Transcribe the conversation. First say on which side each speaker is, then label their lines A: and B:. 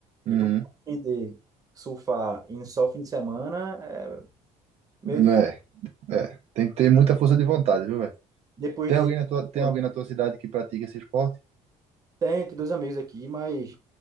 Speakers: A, on the right; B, on the right.
A: Uhum.
B: E pra eu aprender surfar em só fim de semana, é meio
A: É,
B: difícil.
A: é. Tem que ter muita força de vontade, viu, velho?
B: Depois
A: Tem
B: de.
A: alguém na tua, tem
B: Bom,
A: alguém na tua cidade que pratica esse esporte?
B: Tem, tem dois amigos aqui, mas.